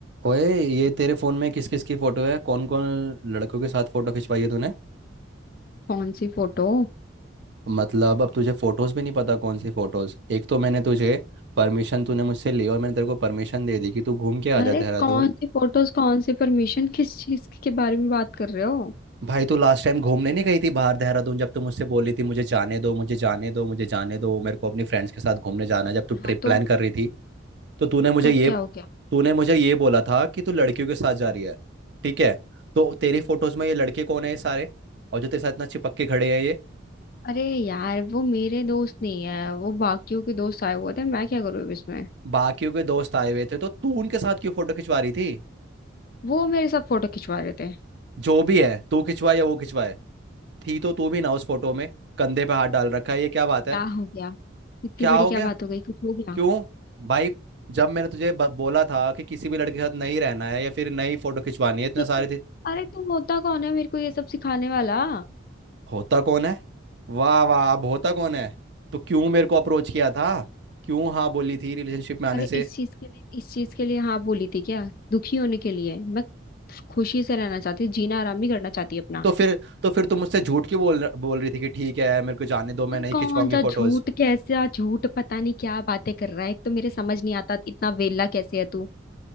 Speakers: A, on the right; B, on the left.
A: ओए ये तेरे फोन में किस किस की फोटो है कौन कौन लड़कों के साथ फोटो खिंचवाई है तूने
B: कौन सी फोटो
A: मतलब अब तुझे फोटोज भी नहीं पता कौन सी फोटोज एक तो मैंने तुझे परमिशन तूने मुझसे ली और मैंने तेरे को परमिशन दे दी कि तू घूम के आ जा
B: अरे
A: देहरादून
B: कौन सी फोटोज कौन सी परमिशन किस चीज के बारे में बात कर रहे हो
A: भाई तू लास्ट टाइम घूमने नहीं गई थी बाहर देहरादून जब तू मुझसे बोली थी मुझे जाने दो मुझे जाने दो मुझे जाने दो मेरे को अपने फ्रेंड्स के साथ घूमने जाना है", जब तू ट्रिप
B: हाँ तो
A: प्लान कर रही थी तो तूने मुझे
B: तो
A: ये
B: क्या हो गया
A: तूने मुझे ये बोला था कि तू लड़कियों के साथ जा रही है ठीक है तो तेरी फोटोज में ये लड़के कौन है ये सारे और जो तेरे साथ इतना चिपक के खड़े हैं ये
B: अरे यार वो मेरे दोस्त नहीं है वो बाकियों के दोस्त आए हुए थे मैं क्या करूँ अब इसमें
A: बाकियों के दोस्त आए हुए थे तो तू उनके साथ क्यों फोटो खिंचवा रही थी
B: वो मेरे साथ फोटो खिंचवा रहे थे
A: जो भी है तू खिंचवाए या वो खिंचवाए थी तो तू भी ना उस फोटो में कंधे पे हाथ डाल रखा है ये क्या बात
B: क्या
A: है
B: हो गया इतनी
A: क्या
B: बड़ी
A: हो
B: क्या
A: गया
B: बात हो गई कुछ हो गया
A: क्यों भाई जब मैंने तुझे ब- बोला था कि किसी भी लड़के के साथ नहीं रहना है या फिर नई फोटो खिंचवानी है इतने
B: किसी
A: सारे थे
B: अरे तुम होता कौन है मेरे को ये सब सिखाने वाला
A: होता कौन है वाह वाह अब होता कौन है तो क्यों मेरे को अप्रोच किया था क्यों हाँ बोली थी रिलेशनशिप में आने
B: अरे
A: से
B: इस चीज के लिए इस चीज के लिए हाँ बोली थी क्या दुखी होने के लिए मैं खुशी से रहना चाहती हूँ जीना आराम नहीं करना चाहती अपना
A: तो फिर तो फिर तुम मुझसे झूठ क्यों बोल बोल रही थी कि ठीक है मेरे को जाने दो मैं
B: अरे
A: नहीं
B: कौन
A: खिंचवाऊंगी
B: सा
A: फोटोज
B: झूठ कैसा झूठ पता नहीं क्या बातें कर रहा है एक तो मेरे समझ नहीं आता इतना वेला कैसे है तू